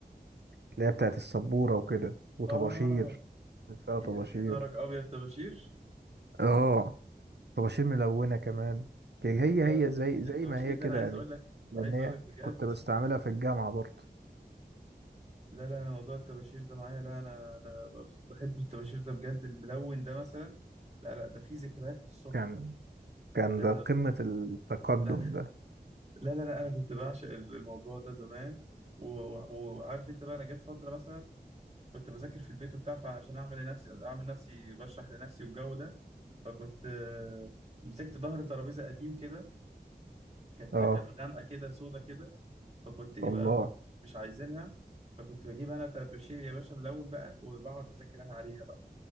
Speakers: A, on the right (about 80°); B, on the right (about 35°).
A: اللي هي بتاعت السبورة وكده وطباشير
B: اه
A: كان فيها طباشير
B: يا يا نهارك ابيض طباشير
A: اه طباشير ملونة كمان كان هي
B: لا لا
A: هي زي زي
B: الطباشير
A: ما هي
B: ده
A: كده
B: انا عايز
A: يعني
B: اقول لك
A: لأن
B: عايز
A: هي
B: اقول لك بجد
A: كنت بستعملها في الجامعة برضه
B: لا لا أنا موضوع الطباشير ده معايا لا انا انا بحب الطباشير ده بجد الملون ده مثلا لا لا ده فيه ذكريات للصبح
A: كان
B: ده
A: كان
B: ده
A: ده
B: انا
A: قمة التقدم
B: ده
A: ده
B: لا لا لا انا كنت بعشق الموضوع ده زمان و- و- وعارف انت بقى انا جت فتره مثلا كنت بذاكر في البيت وبتاع فعشان اعمل لنفسي اعمل نفسي بشرح لنفسي والجو ده فكنت آه، مسكت ظهر ترابيزه قديم كده كانت
A: اه
B: كانت غامقه كده سودا كده فكنت ايه
A: الله
B: بقى خلاص مش مش عايزينها فكنت بجيب انا طباشير يا باشا ملون بقى وبقعد اذاكر انا عليها بقى